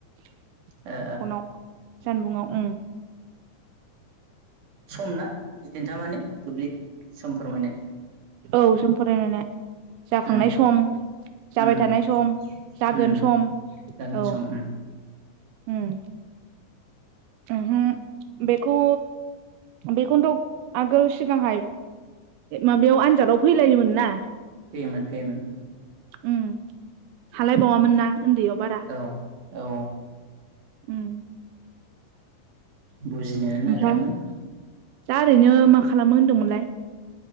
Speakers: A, on the right (about 80°); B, on the right (about 60°).
A: फनाव
B: ओ
A: जानबुंआव उम।
B: सम ना बिदिन्था माने बुब्लि समफोर माने
A: औ जों फरायनायना जाखांनाय
B: उम
A: सम। जाबाय
B: उम
A: थानाय सम जागोन
B: उम
A: सम
B: जागोन
A: औ।
B: सम उम
A: हम। <inaudible> बेखौ बेखौनोथ' आगोल सिगांहाय माबायाव आनजादाव फैलायोमोन ना।
B: फेयोमोन फैयोमोन।
A: उम हालायबावामोन ना उन्दैयाव बारा।
B: औ औ।
A: उम।
B: बुजिनोनो नागिरामोन
A: ओमफ्राय दा ओरैनो मा खालामो होनदोंमोनलाय।